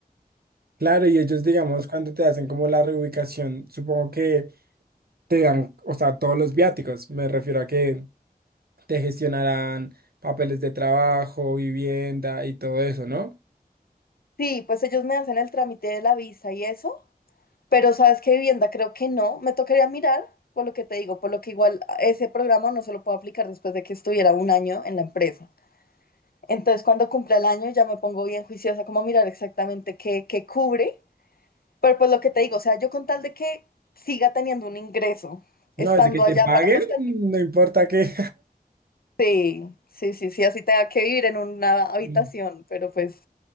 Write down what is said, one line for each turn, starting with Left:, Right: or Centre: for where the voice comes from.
Right: Claro, y ellos, digamos, cuando te hacen como la reubicación, supongo que te dan, o sea, todos los viáticos. Me refiero a que te gestionarán papeles de trabajo, vivienda y todo eso, ¿no?
Left: Sí, pues ellos me hacen el trámite de la visa y eso, pero sabes qué vivienda creo que no, me tocaría mirar por lo que te digo, por lo que igual ese programa no se lo puedo aplicar después de que estuviera un año en la empresa. Entonces cuando cumpla el año ya me pongo bien juiciosa como a mirar exactamente qué, qué cubre, pero pues lo que te digo, o sea, yo con tal de que siga teniendo un ingreso, estando
Right: No, desde que te
Left: allá
Right: paguen,
Left: para sostener.
Right: no importa que
Left: Sí, sí, sí, sí, así tenga que vivir en una habitación,
Right: <laughs>
Left: pero pues